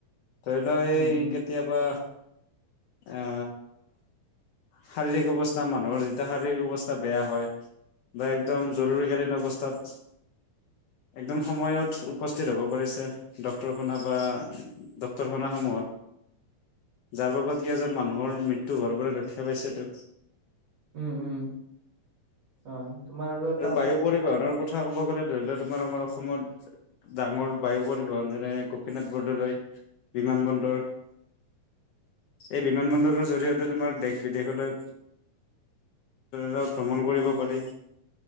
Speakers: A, on the left; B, on the right.
A: ধৰি লও
B: উম
A: এই
B: উম
A: কেতিয়াবা অ শাৰীৰিক অৱস্থা মানুহৰ যেতিয়া শাৰীৰিক অৱস্থা বেয়া হয় বা একদম জৰুৰীকালীন অৱস্থাত একদম সময়ত উপস্থিত হ'ব পাৰিছে ডক্তৰ খনা বা ড্ক্তৰ খনৰ সময় যাৰ বাবদ কেইজন মানুহৰ মৃত্যু হোৱাৰ পৰা ৰক্ষা পাইছেতো স
B: উম উম হয়, তোমাৰ এটা
A: আৰু বায়ু পৰিবহনৰ কথা ক'ব গ'লে ধৰি লও তোমাৰ আমাৰ অসমত ডাঙৰ বায়ু পৰিবহণ যেনে গোপীনাথ বৰদলৈ বিমান বন্দৰ এই বিমান
B: উম,
A: বন্দৰৰ জৰিয়তে তোমাৰ দেশ বিদেশলৈ লক ভ্ৰমণ কৰিব পাৰি